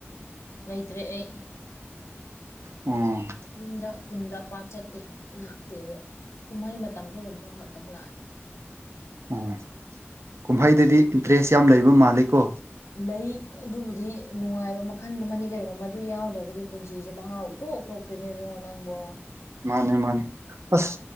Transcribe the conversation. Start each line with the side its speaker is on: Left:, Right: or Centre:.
Left: ꯂꯩꯇ꯭ꯔꯦ ꯑꯩ
Right: ꯎꯝ
Left: ꯌꯨꯝꯗ ꯈꯨꯟꯗ ꯄꯥꯛ ꯆꯠꯇꯦ ꯂꯥꯛꯇꯦꯕ ꯀꯨꯝꯍꯩ ꯃꯇꯝꯗ ꯒꯨꯝꯕ ꯈꯛꯇꯪ ꯂꯥꯛꯑꯦ
Right: ꯑꯣ ꯀꯨꯝꯍꯩꯗꯗꯤ ꯏꯟꯇꯔꯦꯁ ꯌꯥꯝ ꯂꯩꯕ ꯃꯥꯜꯂꯦꯀꯣ
Left: ꯂꯩ ꯑꯗꯨꯕꯨꯗꯤ ꯅꯨꯡꯉꯥꯏꯕ ꯃꯈꯜ ꯑꯃꯅꯤ ꯀꯩꯅꯣ ꯃꯗꯨ ꯌꯥꯎꯗ꯭ꯔꯒꯗꯤ ꯄꯨꯟꯁꯤꯁꯦ ꯃꯍꯥꯎ ꯊꫭꯛ ꯊꯣꯛꯇꯣꯏꯅꯦ ꯏꯕꯨꯡꯉꯣ ꯅꯪꯕꯣ
Right: ꯃꯥꯅꯦ ꯃꯥꯅꯤ ꯑꯁ